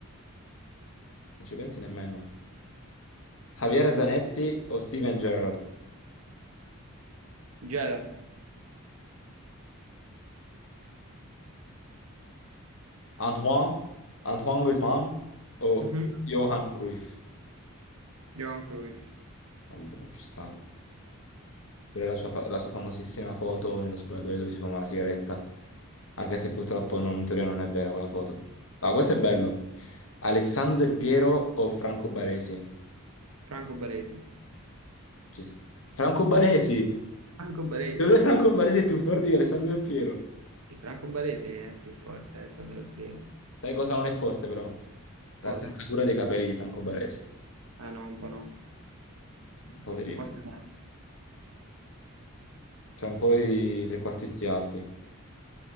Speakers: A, on the left; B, on the right.
A: Non ci pensi nemmeno. Javier Zanetti o Steven Gerrard.
B: Gerard.
A: Antoine, Antoine Griezmann o
B: Mhm.
A: Johan Cruyff?
B: Johan Cruyff.
A: Ah, boh, ci sta. Pure la sua, fa- la sua famosissima foto nello spogliatoio dove si fuma la sigaretta. Anche se purtroppo non- in teoria non è vera quella foto. Ah, questo è bello. Alessandro Del Piero o Franco Baresi?
B: Franco Baresi.
A: Ci sta. Franco Baresi!
B: Franco Baresi.
A: Dov'è Franco Baresi è più forte di Alessandro Del Piero?
B: Sì, Franco Baresi è più forte, eh, Sandro Del Piero.
A: Sai cosa non è forte però? L'attaccatura
B: Cosa?
A: dei capelli di Franco Baresi.
B: Ah no, un po' no.
A: Poverino.
B: Un po' scalato.
A: C'è un po' i trequartisti alti.